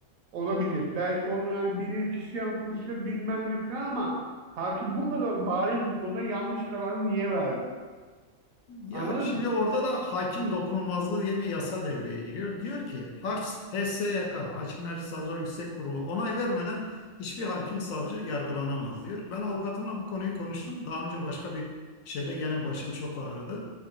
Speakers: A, on the right; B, on the left.
A: olabilir. Belki onu yani bilir kişi yanıltmıştır bilmem ne falan ama hakim bu kadar bariz bir konuda yanlış kararı niye verdi?
B: Ya
A: Anladın
B: şimdi
A: mı?
B: orada da hakim dokunulmazlığı diye bir yasa devreye giriyor. Diyor ki Haş- HSYK, Hakimler Savcılar Yüksek Kurulu onay vermeden hiçbir hakim savcı yargılanamaz diyor. Ben avukatımla bu konuyu konuştum. Daha önce başka bir şeyde gene başım çok ağrıdı.